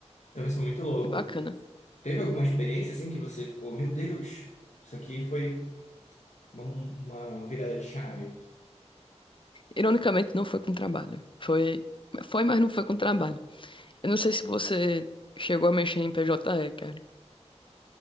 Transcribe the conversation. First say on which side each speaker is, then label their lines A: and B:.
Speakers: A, on the left; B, on the left.
A: Então isso é muito louco.
B: que bacana.
A: Teve alguma experiência assim que você ficou, meu Deus, isso aqui foi uma uma virada de chave?
B: Ironicamente, não foi com trabalho. Foi, foi, mas não foi com trabalho. Eu não sei se você chegou a mexer em PJE, cara.